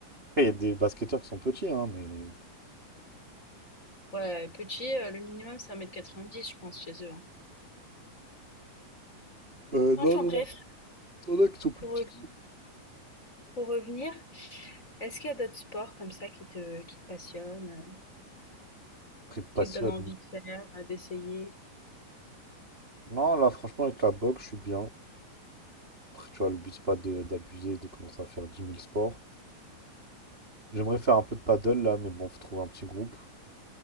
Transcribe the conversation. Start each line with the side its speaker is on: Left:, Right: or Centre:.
Right: après, il y a des basketteurs qui sont petits, hein, mais...
Left: Ouais, petit, euh, le minimum, c'est un mètre quatre-vingt-dix je pense, chez eux. hein.
Right: Euh,
Left: Enfin
Right: non, non,
Left: bref,
Right: non. Il y en a qui sont plus
Left: pour,
Right: petits.
Left: re- pour revenir, est-ce qu'il y a d'autres sports comme ça qui te, qui te passionnent, euh,
Right: Après, passionne.
Left: qui te donnent envie de faire, euh, d'essayer?
Right: Non, là, franchement, avec la boxe, je suis bien. Après, tu vois, le but, c'est pas de- d'abuser, de commencer à faire dix mille sports. J'aimerais faire un peu de paddle, là, mais bon, faut trouver un petit groupe.